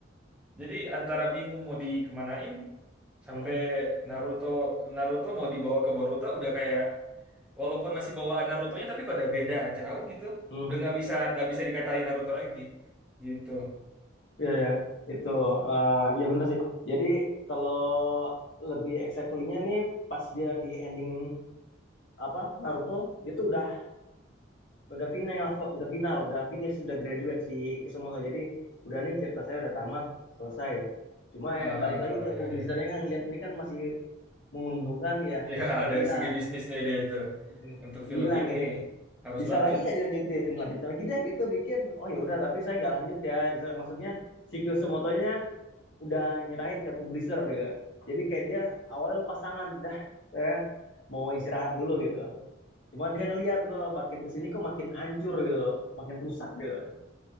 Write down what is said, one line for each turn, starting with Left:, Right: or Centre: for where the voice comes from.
Centre: Jadi antara bingung mau dikemanain sampai
Left: hmm,
Centre: Naruto Naruto mau dibawa ke Boruto udah kayak walaupun masih bawaan Narutonya tapi kok ada beda jauh gitu.
Left: hmm,
Centre: Udah nggak bisa nggak bisa dikatain Naruto lagi gitu.
Left: ya ya itu eh, ya bener sih jadi kalau lebih exactly-nya nih pas dia di ending apa Naruto dia tuh udah udah final udah final udah finish udah graduate si Kishimoto jadi udah nih cerita saya udah tamat selesai ya cuma
Centre: Ah
Left: yang balik lagi ke publisernya
Centre: ya ya ya. <laughs>
Left: kan lihat ini kan masih menguntungkan ya
Centre: Ya
Left: dia
Centre: dari
Left: bilang
Centre: segi bisnisnya dia itu
Left: di sini
Centre: untuk
Left: dia
Centre: film
Left: bilang
Centre: ini
Left: gini
Centre: harus
Left: bisa
Centre: lanjut.
Left: lagi nggak dilanjutin lanjutin lagi deh gitu bikin oh ya udah tapi saya nggak lanjut ya maksudnya si kyosumoto udah nyerahin ke publisher gitu jadi kayak dia awalnya lepas tangan dah saya mau istirahat dulu gitu cuma dia ngelihat itu makin kesini kok makin ancur gitu makin rusak gitu